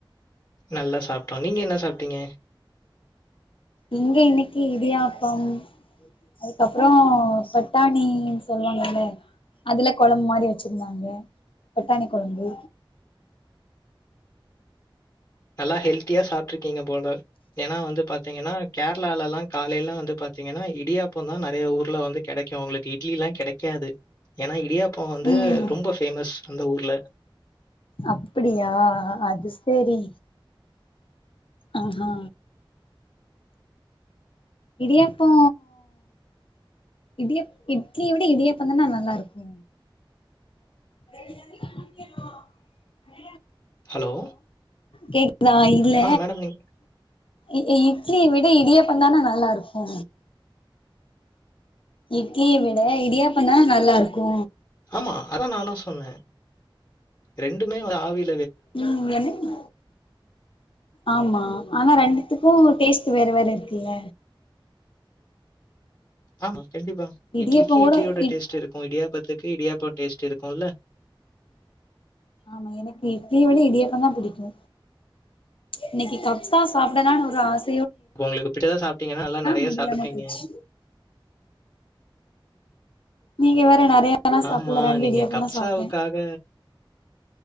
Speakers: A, on the left; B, on the left.
A: நல்ல சாப்டோ நீங்க என்ன சாப்டீங்க?
B: இங்க இன்னக்கி இடியாப்பம் அதுக்கப்றோ பட்டாணீன் சொல்வாங்கல்ல அதுல கொழம்பு மாரி வச்சிருந்தாங்க பட்டாணி கொழம்பு
A: நல்லா ஹெல்த்தியா சாப்ட்ரு க்கீங்க போல ஏன்னா வந்து பத் த்தீங்கனா கேரளல்லா காலேல வந்து பாத்தீங்கனா இடியாப்ப தா நெறய ஊர்ல வந்து கெடைக்கு உங்களுக்கு இட்லி எல்லா கெடக்காது ஏன்னா இடியாப் ப்ப வந்து
B: ம்
A: ரொம்ப ஃபேமஸ் இந்த ஊர்ல
B: அப்படியா அது சேரி ஆஹா இடியாப்போ இடிய இட்லிய விட இடியப்ப தானா நல்லா இருக்கு <inaudible>
A: ஹலோ
B: கேக் தா இல்ல
A: ஆ மேடம் நீங்க
B: இ இட்லிய விட இடியாப்போ தான நல்லா இருக்கு இட்லிய விட இடியாப்போ தான நல்லா இருக்கு
A: ஆமா அதா நானு சொன்னே ரெண்டுமே ஒரு ஆவிள
B: உம் எனக்கு ஆமா ஆனா ரெண்டுத்துக்கு டேஸ்ட்டு வேற வேற இருக்குல்ல
A: ஆமா கண்டிப்பா
B: இடியாப்போ
A: இட்லிக்கு
B: கூட
A: இட்லியோட
B: இட்
A: டேஸ்ட்டு இருக்கு இடியாப்பத்துக்கு இடியாப்ப டேஸ்ட்டு இருக்குல்ல
B: ஆமா எனக்கு இட்லிய விட இடியாப்போ தா பிடிக்கு இன்னைக்கு கப்ஷா தா சாப்டலான்னு ஒரு ஆச
A: இப்ப ஒங்களுக்கு பிடுச்சதா சாப்ட்டீங்கன்னா நல்லா நெறய
B: முடியாம
A: சாப்ட்ருப்பீங்க
B: போச்சு நீங்க வேற நெறயல்லா சாப்டல
A: ஆமா,
B: ரெண்டு
A: நீங்க
B: இடியப்போ
A: கப்சாவுக்காக
B: தா சாப்ட்டே